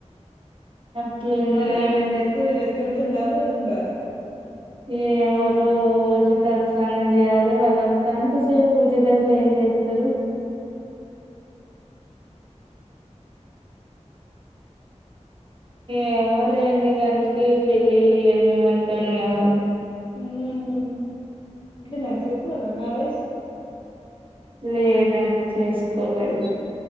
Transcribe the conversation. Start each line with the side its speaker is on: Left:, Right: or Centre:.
Right: అట్లుంది
Left: మరి ఆమె నెత్తుది నెత్తుంటుందా పోతుందా?
Right: ఏ ఆ రోజు తలస్నానం చేయాల్ అంత సేప్ పూజ గదిలో ఏం చేత్తరు. ఏమో లేండి ఇగ అందుకే ఈ పెళ్ళిళ్ ఇ అన్ని మంతోని కాదు
Left: హ్మ్ అయితే మీరు చేసుకోలేదా మరి మ్యారేజ్
Right: లేదండి చేసుకోలేదు